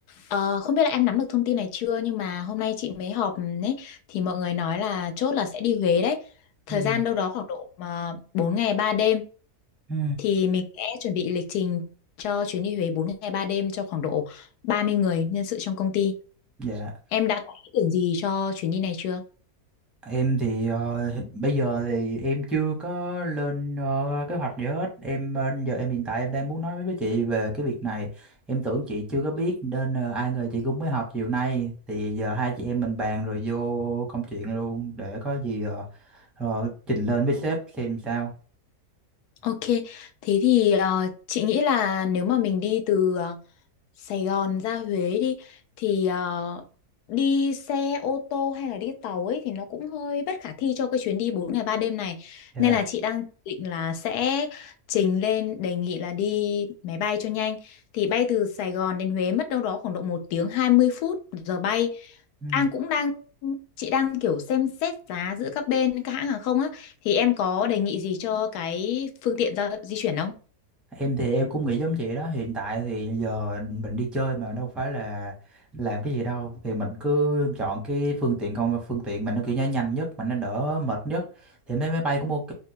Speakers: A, on the left; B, in the centre.
A: ờ, không biết là em nắm được thông tin này chưa nhưng mà hôm nay chị mới họp ừ, ấy thì mọi người nói là chốt là sẽ đi Huế đấy. Thời
B: Ừ.
A: gian đâu đó khoảng độ mà 4 ngày 3 đêm
B: Ừ.
A: thì mình sẽ chuẩn bị lịch trình cho chuyến đi Huế 4 ngày 3 đêm cho khoảng độ 30 người nhân sự trong công ty.
B: Dạ.
A: Em đã có ý tưởng gì cho chuyến đi này chưa?
B: Em thì ờ, bây giờ thì em chưa có lên ờ, kế hoạch gì hết. Em ờ, giờ em hiện tại em đang muốn nói với chị về cái việc này. Em tưởng chị chưa có biết nên ờ, ai ngờ chị cũng mới họp chiều nay. Thì giờ hai chị em mình bàn rồi vô công chuyện luôn để có gì ờ, ờ, trình lên với sếp xem sao.
A: Ok, thế thì ờ, chị nghĩ là nếu mà mình đi từ ờ, Sài Gòn ra Huế đi thì ờ, đi xe ô tô hay là đi tàu ấy thì nó cũng hơi bất khả thi cho cái chuyến đi 4 ngày 3 đêm này.
B: Dạ.
A: Nên là chị đang định là sẽ trình lên đề nghị là đi máy bay cho nhanh. Thì bay từ Sài Gòn đến Huế mất đâu đó khoảng độ một tiếng 20 phút giờ bay.
B: Ừ.
A: An cũng đang chị đang kiểu xem xét giá giữa các bên các hãng hàng không á thì em có đề nghị gì cho cái phương tiện giao di chuyển không?
B: Em thì em cũng nghĩ giống chị đó hiện tại thì giờ mình đi chơi mà đâu phải là làm cái gì đâu thì mình cứ chọn cái phương tiện công phương tiện mình nó kiểu như nhanh nhất mà nó đỡ mệt nhất thì em thấy máy bay cũng ok